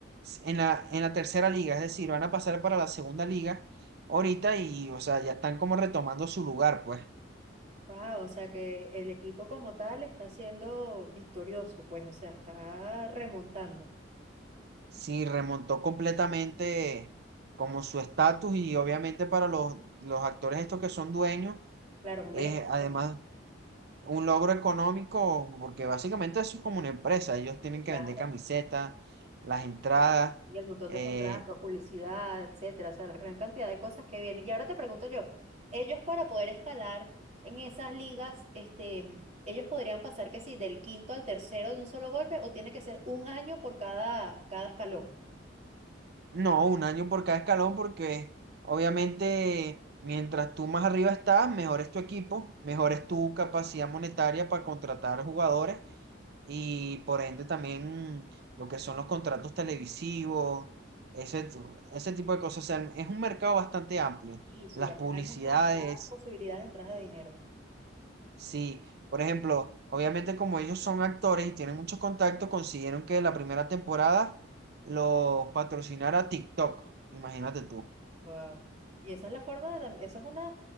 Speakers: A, on the right; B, on the right.
A: en la, en la tercera liga, es decir, van a pasar para la segunda liga ahorita y, o sea, ya están como retomando su lugar, pues.
B: Wow, o sea que el equipo como tal está siendo victorioso, pues, o sea, está remontando.
A: Sí, remontó completamente como su estatus y obviamente para los, los actores estos que son dueños
B: Claro, es un
A: es
B: beneficio
A: además
B: económico.
A: un logro económico porque básicamente eso es como una empresa, ellos tienen
B: Sí, claro.
A: que vender camisetas, las entradas,
B: Y el montón
A: eh,
B: de contratos, publicidad, etcétera, o sea, la gran cantidad de cosas que vienen. Y ahora te pregunto yo, ellos para poder escalar en esas ligas, este, ellos podrían pasar que sí, del quinto al tercero de un solo golpe, o tiene que ser un año por cada, cada escalón.
A: no, un año por cada escalón porque obviamente mientras tú más arriba estás, mejor es tu equipo, mejor es tu capacidad monetaria para contratar jugadores y por ende también lo que son los contratos televisivos, ese, ese tipo de cosas. O sea, es un mercado bastante amplio.
B: Sí, sí,
A: Las
B: hay
A: publicidades,
B: hay muchas entradas, posibilidades de entradas de dinero.
A: sí. Por ejemplo, obviamente como ellos son actores y tienen mucho contacto, consiguieron que la primera temporada los patrocinara TikTok. Imagínate tú.
B: Wow. Y esa es la forma de, dam- esa es una,